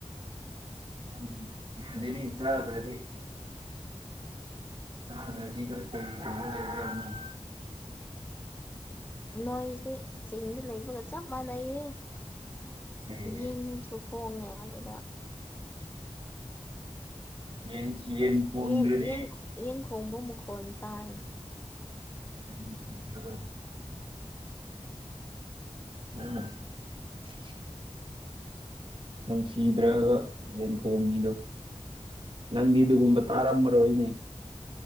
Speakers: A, on the right (about 45°); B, on the left (about 15°).
A: ꯎꯝ ꯌꯥꯗꯦꯅꯦ ꯆꯥꯗ꯭ꯔꯗꯤ ꯆꯥꯗꯔꯗꯤ ꯀꯔꯤ ꯇꯧꯒꯗꯧꯒꯗꯝꯅꯣ
B: ꯅꯣꯏꯁꯦ ꯆꯤꯡꯗ ꯂꯩꯕꯒ ꯆꯞ ꯃꯥꯟꯅꯩꯍꯦ
A: ꯀꯔꯤ ꯀꯔꯤ
B: ꯌꯦꯟꯁꯨ ꯈꯣꯡꯉꯦ ꯑꯗꯨꯗ
A: ꯌꯦꯟ ꯌꯦꯟ ꯈꯣꯡꯗ꯭ꯔꯗꯤ
B: ꯌꯦꯟ ꯌꯦꯟ ꯌꯦꯟ ꯈꯣꯡꯕ ꯃꯈꯣꯟ ꯇꯥꯏ
A: ꯌꯥꯝ ꯅꯨꯡꯁꯤꯕꯤꯕꯗꯣ <unintelligible> ꯅꯨꯡꯁꯤꯗ꯭ꯔꯕ ꯌꯦꯟ ꯈꯣꯡꯉꯤꯗꯣ ꯅꯪꯗꯤ ꯗꯨꯒꯨꯝꯕ ꯇꯥꯔꯝꯃꯔꯣꯏꯅꯦ